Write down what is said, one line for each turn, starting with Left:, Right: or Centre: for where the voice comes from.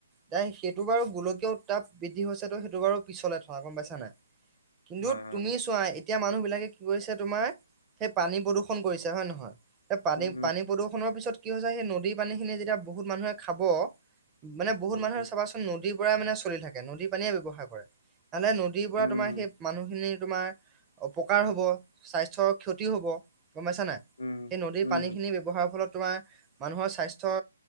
Right: তাই সেইটো বাৰু গোলকীয় উত্তাপ বৃদ্ধি হৈছে তো সেইটো বাৰু পিছলে গম পাইছা নাই কিন্তু
Left: হয় হয়
Right: তুমি
Left: হয়
Right: চোৱা এতিয়া মানুহ বিলাকে কি কৰিছে তোমাৰ সেই পানী প্ৰদূৰ্ষণ কৰিছে হয় নহয়। সেই পানী
Left: উম
Right: পানী প্ৰদূষণ পিছত কি হৈছে সেই নদী পানী খিনি যেতিয়া বহুত মানুহে খাব। মানে বহুত
Left: উম
Right: মানুহে
Left: উম
Right: চাবা চোন নদীৰ পৰা মানে চলি থাকে নদীৰ পানীয়ে ব্যৱহাৰ কৰে। তেনে নদীৰ পৰা
Left: উম
Right: তোমাৰ সেই মানুহখিনিৰ তোমাৰ অপকাৰ হব, স্বাস্থ্যৰ ক্ষতি হ'ব। গম পাইছা নাই।
Left: উম উম
Right: সেই নদীৰ
Left: উম
Right: পানী খিনি ব্যৱহাৰৰ ফলত তোমাৰ মানুহৰ স্বাস্থ্য